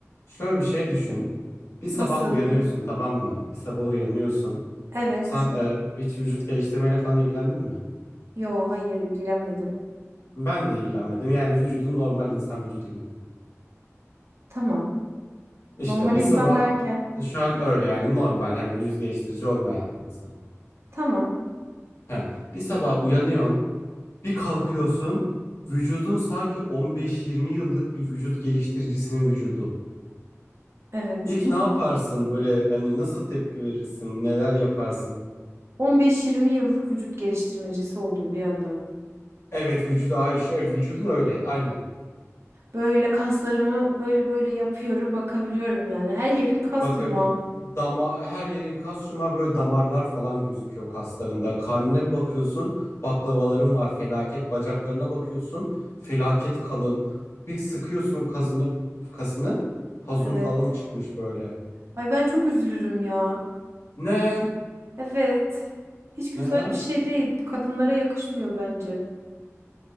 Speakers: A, on the left (about 60°); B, on the right (about 60°).
A: Şöyle bir şey düşün. Bir sabah
B: Nasıl?
A: uyanıyorsun tamam mı? Bir sabah uyanıyorsun.
B: Evet.
A: Sen e, hiç vücut geliştirmeyle falan ilgilendin mi?
B: Yo, hayır ilgilenmedim.
A: Ben de ilgilenmedim. Yani vücudun normal insan vücudu gibi.
B: Tamam.
A: İşte
B: Normal
A: bir
B: insan
A: sabah
B: derken.
A: e, şu an öyle yani normal hani vücut geliştirici olmayan insan.
B: Tamam.
A: He. Bir sabah uyanıyorsun, bir kalkıyorsun. Vücudun sanki 15-20 yıllık bir vücut geliştiricisinin vücudu.
B: Evet.
A: İlk ne yaparsın? Böyle hani nasıl tepki verirsin? Neler yaparsın?
B: 15-20 yıllık vücut geliştirmecisi oldum bir anda.
A: Evet vücudu ay- şu e, vücudun öyle aynen.
B: Böyle kaslarımı böyle böyle yapıyorum, bakabiliyorum yani. Her yerim kas
A: Bakabi
B: yumağı.
A: dama her yerin kas şuma böyle damarlar falan gözüküyor kaslarında. Karnına bir bakıyorsun baklavaların var felaket bacaklarına bakıyorsun felaket kalın. Bir sıkıyorsun kazını kasını pazun
B: Evet.
A: falan çıkmış böyle.
B: Ay ben çok üzülürüm ya.
A: Ne?
B: Evet. Hiç güzel
A: Neden?
B: bir şey değil. Kadınlara yakışmıyor bence.